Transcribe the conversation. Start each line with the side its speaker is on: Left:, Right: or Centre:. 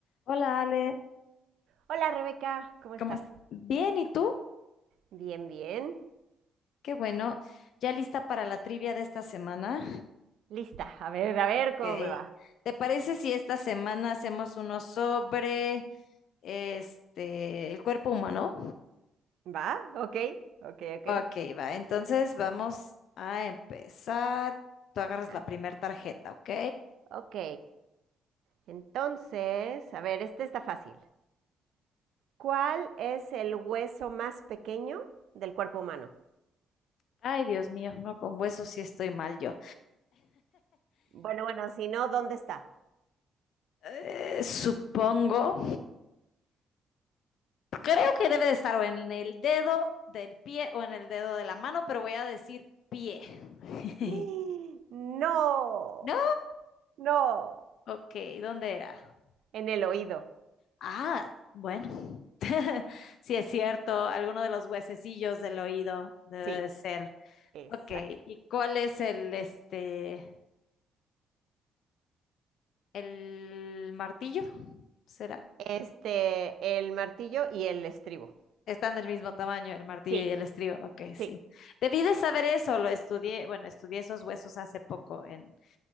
Left: Hola Ale,
Right: Hola Rebeca, ¿cómo estás?
Left: ¿Cómo es Bien, ¿y tú?
Right: Bien, bien.
Left: Qué bueno. ¿Ya lista para la trivia de esta semana?
Right: Lista. A ver, a ver
Left: Ok.
Right: cómo me va.
Left: ¿Te parece si esta semana hacemos uno sobre este el cuerpo humano?
Right: ¿Va? Ok, ok, ok.
Left: Ok, va. Entonces vamos a empezar. Tú agarras
Right: Ajá.
Left: la primera tarjeta, ¿ok?
Right: Ok. Entonces, a ver, este está fácil. ¿Cuál es el hueso más pequeño del cuerpo humano?
Left: Ay, Dios mío. No, con huesos sí estoy mal yo.
Right: Bueno, bueno, si no, ¿dónde está?
Left: Eh, supongo. creo que debe de estar o en el dedo del pie o en el dedo de la mano, pero voy a decir pie. <laughs>
Right: <gasps> No,
Left: No,
Right: no.
Left: ok, ¿dónde era?
Right: En el oído.
Left: Ah, bueno, <laughs> sí es cierto, alguno de los huesecillos del oído debe
Right: Sí,
Left: de ser.
Right: exacto.
Left: Ok, ¿y cuál es el, este, el martillo? ¿Será?
Right: Este, el martillo y el estribo.
Left: Están del mismo tamaño, el martillo
Right: Sí,
Left: y el estribo. Ok, sí.
Right: sí.
Left: Debí de saber eso, lo estudié, bueno, estudié esos huesos hace poco en,